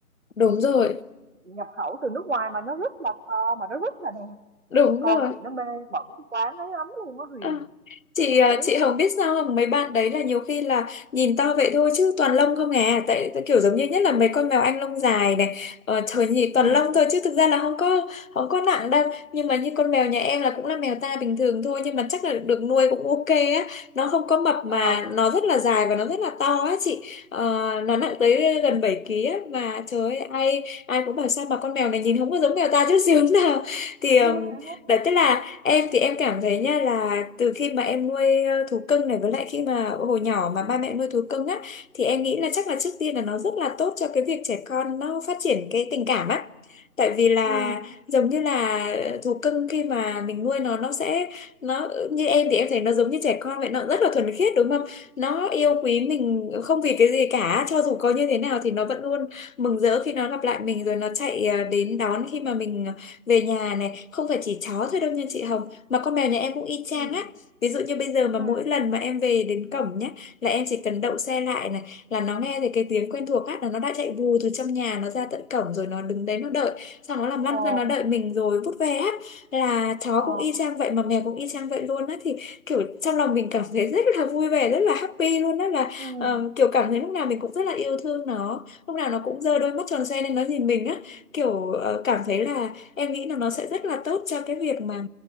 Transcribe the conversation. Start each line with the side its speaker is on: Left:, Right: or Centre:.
Left: đúng rồi
Right: nhập nhập khẩu từ nước ngoài mà nó rất là to mà nó rất là đẹp.
Left: đúng
Right: Con
Left: rồi
Right: chị nó mê mẩn cái quán ấy lắm luôn á Huyền.
Left: Ờ, chị
Right: Đấy.
Left: à, chị Hồng biết sao không mấy bạn đấy là nhiều khi là nhìn to vậy thôi chứ toàn lông không à tại tại kiểu giống như nhất là mấy con mèo anh lông dài này ờ, trời nhìn
Right: Ừ.
Left: toàn lông thôi chứ thực ra là không có không có nặng đâu nhưng mà như con mèo nhà em là cũng là mèo ta bình thường thôi nhưng mà chắc là được nuôi cũng ok á nó không có mập mà
Right: Ờ.
Left: nó rất là dài và nó rất là to á chị Ờ, nó nặng tới gần 7 ký á mà trời ơi, ai ai cũng bảo sao mà con mèo này nhìn không có giống mèo ta chút xíu <laughs> nào thì
Right: <laughs>
Left: ừm, đấy tức là Em thì em cảm thấy nha là từ khi mà em nuôi ờ, thú cưng này với lại khi mà hồi nhỏ mà ba mẹ nuôi thú cưng á thì em nghĩ là chắc là trước tiên là nó rất là tốt cho cái việc trẻ con nó phát triển cái tình cảm á. Tại vì là
Right: Ừ.
Left: giống như là thú cưng khi mà mình nuôi nó nó sẽ nó như em thì em thấy nó giống như trẻ con vậy nó rất là thuần khiết đúng không? Nó yêu quý mình không vì cái gì cả cho dù có như thế nào thì nó vẫn luôn mừng rỡ khi nó gặp lại mình rồi nó chạy ờ, đến đón khi mà mình về nhà này không phải chỉ chó thôi đâu nha chị Hồng mà con mèo nhà em cũng y chang
Right: Ừ.
Left: á ví dụ như bây giờ mà
Right: Ừ.
Left: mỗi lần mà em về đến cổng nhá là em chỉ cần đậu xe lại này là nó nghe thấy cái tiếng quen thuộc á là nó đã chạy vù từ trong nhà nó ra tận cổng rồi nó đứng đấy nó đợi xong nó làm lăn
Right: Ồ.
Left: ra nó đợi mình rồi vút về á là chó
Right: Ờ.
Left: cũng y chang vậy mà mèo cũng y chang vậy luôn á thì kiểu trong lòng mình cảm thấy rất là vui vẻ rất là happy luôn á là
Right: Ừ.
Left: ờ, kiểu cảm thấy lúc nào mình cũng rất là yêu thương nó lúc nào nó cũng giơ đôi mắt tròn xoe lên nó nhìn mình á kiểu ờ, cảm thấy là em nghĩ là nó sẽ rất là tốt cho cái việc mà